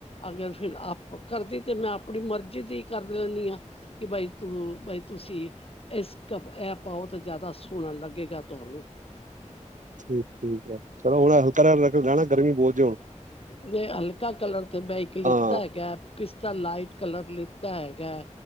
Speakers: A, on the left (about 50°); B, on the right (about 85°).
A: ਅਗਰ ਫਿਰ ਆਪ ਕਰਦੀ ਤੇ ਮੈਂ ਆਪਣੀ ਮਰਜ਼ੀ ਦੀ ਕਰ ਲੈਂਦੀ ਹਾਂ। ਕਿ ਬਾਈ ਤੂੰ ਬਾਈ ਤੁਸੀਂ ਇਸ ਕ ਇਹ ਪਾਓ ਤਾਂ ਜ਼ਿਆਦਾ ਸੋਹਣਾ ਲੱਗੇਗਾ ਤੁਹਾਨੂੰ,
B: ਠੀਕ ਠੀਕ ਹੈ ਚਲੋ ਹੁਣ ਹਲਕਾ ਰਹਿਣਾ ਗਰਮੀ ਬਹੁਤ ਜੇ ਹੁਣ
A: ਜੇ ਮੈਂ ਹਲਕਾ ਕਲਰ ਤੇ ਮੈਂ ਇੱਕ ਲਿੱਤਾ
B: ਹਾਂ
A: ਹੈਗਾ ਪਿਸਤਾ ਲਾਈਟ ਕਲਰ ਲਿੱਤਾ ਹੈਗਾ